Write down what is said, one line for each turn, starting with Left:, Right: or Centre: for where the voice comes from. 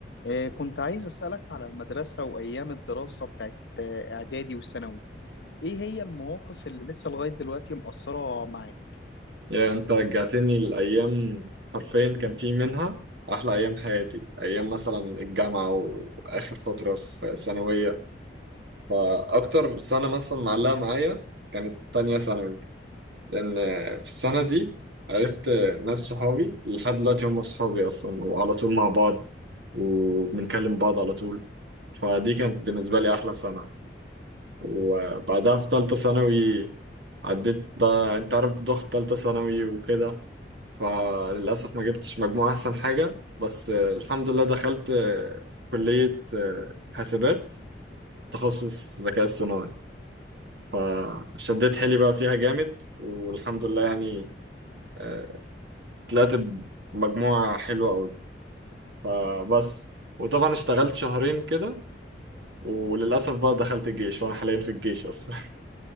Left: آه، كنت عايز أسألك على المدرسة وأيام الدراسة بتاعت آه، إعدادي وثانوي إيه هي المواقف اللي لسه لغاية دلوقتي مأثرة معاك؟
Right: يا انت رجعتني لأيام حرفيا كان في منها أحلى أيام حياتي أيام مثلا الجامعة وآخر فترة في ثانوية فأكتر سنة مثلا معلقة معايا كانت تانية ثانوي لأن في السنة دي عرفت ناس صحابي لحد دلوقتي هم صحابي أصلا وعلى طول مع بعض وبنكلم بعض على طول فدي كانت بالنسبة لي أحلى سنة وبعدها في تالتة ثانوي عديت بقى انت عارف ضغط تالتة ثانوي وكده فللأسف ما جبتش مجموع أحسن حاجة بس آه، الحمد لله دخلت آه، كلية آه، حاسبات تخصص ذكاء اصطناعي فشديت حيلي بقى فيها جامد والحمد لله يعني آه، طلعت بمجموعة حلوة أوي فبس وطبعا اشتغلت شهرين كده وللأسف بقى دخلت الجيش وأنا حاليا في الجيش أصلا